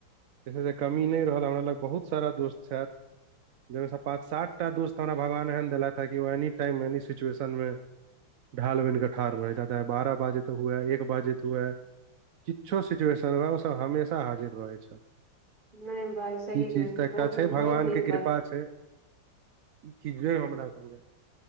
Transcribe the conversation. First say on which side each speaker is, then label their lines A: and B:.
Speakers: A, on the right; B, on the right.
A: जे से कमी नहि रहल हमरा लग बहुत सारा दोस्त छाइथ। जाहिमे पाँच सात टा दोस्त हमरा भगवान एहन देलथि हे कि एनी टाइम एनी सिचुएशन मे ढाल बन कऽ ठाढ़ रह जाता है, बारह बाजे तऽ हुएै, एक बाजे त हुएै। किछो सिचुएशन में ओसभ हमेशा हाजिर रहै छथि।
B: नहि भाय सही
A: ई
B: मे
A: चीज तऽ एकटा
B: बहुत
A: छै,
B: बहुत
A: भगवानके
B: नीक बात
A: कृपा छै। ई खिजबे ने हमरा स